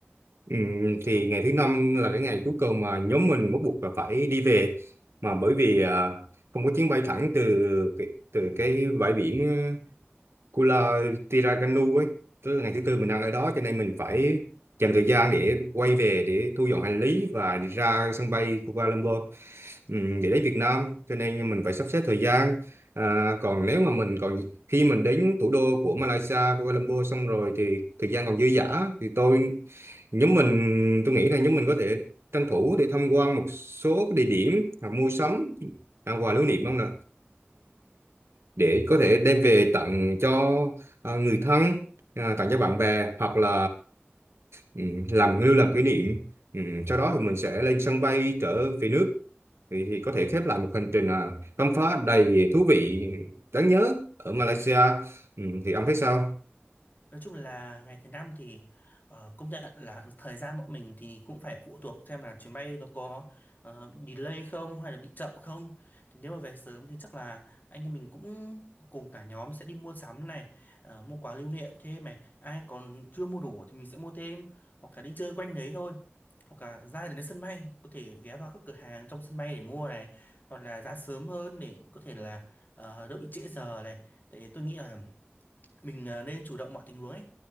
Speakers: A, on the right; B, on the left.
A: Ừ. Thì ngày thứ năm là cái ngày cuối cùng mà nhóm mình bắt buộc là phải đi về mà bởi vì à, không có chuyến bay thẳng từ cái- từ cái bãi biển Kula Tirakanu ấy tức là ngày thứ tư mình đang ở đó cho nên mình phải dành thời gian để quay về để thu dọn hành lý và đi ra sân bay Kuala Lumpur ừm, để đến Việt Nam cho nên mình phải sắp xếp thời gian à, còn nếu mà mình còn khi mình đến thủ đô của Malaysia Kuala Lumpur xong rồi thì thời gian còn dư dả thì tôi nhóm mình tôi nghĩ là nhóm mình có thể tranh thủ để tham quan một số cái địa điểm hoặc mua sắm ăn quà lưu niệm không nè để có thể đem về tặng cho à, người thân à, tặng cho bạn bè hoặc là ừm, làm lưu làm kỷ niệm Ừm, sau đó thì mình sẽ lên sân bay trở về nước thì, thì có thể khép lại một hành trình à, khám phá đầy thú vị đáng nhớ ở Malaysia Ừm, thì ông thấy sao?
B: Nói chung là ngày thứ năm thì ờ, công nhận là thời gian bọn mình thì cũng phải phụ thuộc xem là chuyến bay nó có ờ, delay không hay là bị chậm không. Thì nếu mà về sớm thì chắc là anh em mình cũng cùng cả nhóm sẽ đi mua sắm này, ờ, mua quà lưu niệm thêm này. Ai còn chưa mua đủ thì mình sẽ mua thêm hoặc là đi chơi quanh đấy thôi. Hoặc là ra đến sân bay có thể ghé vào các cửa hàng trong sân bay để mua này hoặc là ra sớm hơn để có thể là ờ, đỡ bị trễ giờ này. Tại tôi nghĩ là mình ờ, nên chủ động mọi tình huống ấy